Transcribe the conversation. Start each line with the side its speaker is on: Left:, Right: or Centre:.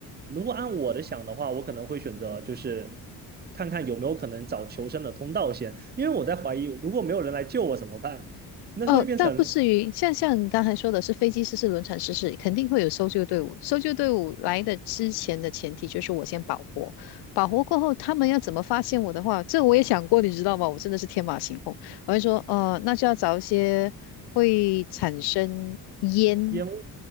Right: 如果按我的想的话，我可能会选择就是看看有没有可能找求生的通道先，因为我在怀疑如果没有人来救我怎么办？那会变成
Left: 哦，倒不至于，像像你刚才说的是飞机失事、轮船失事，肯定会有搜救队伍。搜救队伍来的之前的前提就是我先保活，保活过后，他们要怎么发现我的话，这我也想过，你知道吗？我真的是天马行空，我会说，呃，那就要找一些会产生嗯
Right: 烟雾